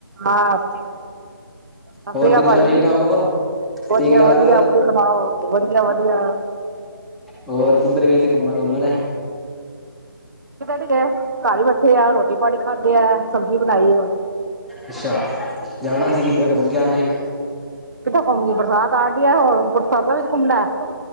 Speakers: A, on the right; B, in the centre.
A: ਮਾਸੀ। ਵਧੀਆ
B: ਹੋਰ ਕਿੱਦਾਂ
A: ਭਾਣੀ
B: ਠੀਕ ਠਾਕ ਹੋ
A: ਵਧੀਆ-
B: ਠੀਕ ਠਾਕ
A: ਵਧੀਆ, ਆਪਣਾ। ਸੁਣਾਓ, ਵਧੀਆ- ਵਧੀਆ।
B: ਹੋਰ, ਕਿੱਧਰ ਗਏ ਸੀ। ਘੁੰਮਣ- ਘੁੰਮਣ।
A: ਕਿਤੇ ਨਹੀਂ ਗਏ। ਘਰ ਹੀ ਬੈਠੇ ਆ, ਰੋਟੀ- ਪਾਣੀ ਖਾਧੇ ਆ। ਸਬਜ਼ੀ ਬਣਾਈ ਹੈ।
B: ਅੱਛਾ। ਜਾਣਾ ਸੀ, ਕਿੱਦੇ ਘੁੰਮ ਕੇ ਆਉਣਾ ਸੀ
A: ਕਿੱਦਾਂ ਘੁੰਮਈਏ। ਬਰਸਾਤ ਆ ਗਈ ਹੈ। ਬਰਸਾਤਾਂ ਵਿੱਚ ਘੁੰਮਣਾ ਏ।